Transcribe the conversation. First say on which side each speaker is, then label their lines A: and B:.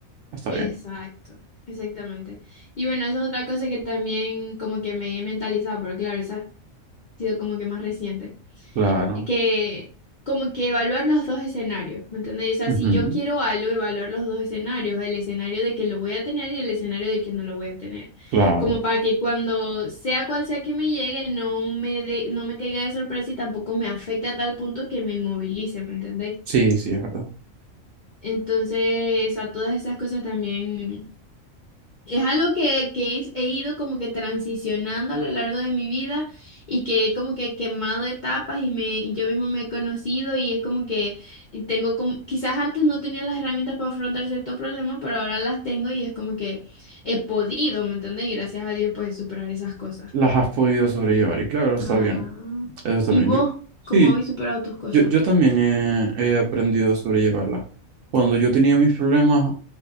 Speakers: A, on the right (about 75°); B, on the left (about 50°).
A: está
B: Exacto,
A: bien.
B: exactamente. Y bueno, esa es otra cosa que también como que me he mentalizado, pero claro, esa ha sido como que más reciente.
A: Claro,
B: Que como que evaluar los dos escenarios, ¿me entendéis? O sea,
A: ujú,
B: si yo quiero algo, evaluar los dos escenarios, el escenario de que lo voy a tener y el escenario de que no lo voy a tener.
A: Claro,
B: Como para que cuando sea cual sea que me llegue, no me dé- no me caiga de sorpresa y tampoco me afecte a tal punto que me inmovilice, ¿me entendéis?
A: sí, sí, es verdad.
B: Entonces, a todas esas cosas también. Es algo que, que he he ido como que transicionando a lo largo de mi vida y que he como que quemado etapas y me y yo mismo me he conocido y es como que tengo como, quizás antes no tenía las herramientas para afrontar cierto problema, pero ahora las tengo y es como que he podido, ¿me entiendes? Y gracias a Dios pues superar esas cosas.
A: las has podido sobrellevar. Y claro, está
B: Ajá.
A: bien. Eso está
B: ¿Y
A: bien.
B: vos
A: Yo, sí,
B: cómo habéis superado tus cosas?
A: yo, yo también he, he aprendido a sobrellevarlas. Cuando yo tenía mis problemas